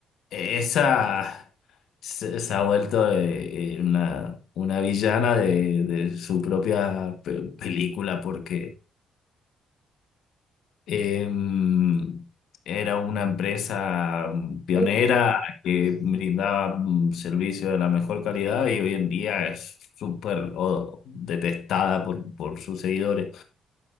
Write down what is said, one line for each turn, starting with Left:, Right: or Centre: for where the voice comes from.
Left: esa se, se ha vuelto eh, eh, una, una villana de, de su propia pe- película porque Em, era una empresa mm, pionera
Right: muy bueno.
Left: que
Right: Sí.
Left: brindaba mm, servicio de la mejor calidad y hoy en día es súper oh, detestada por, por sus seguidores.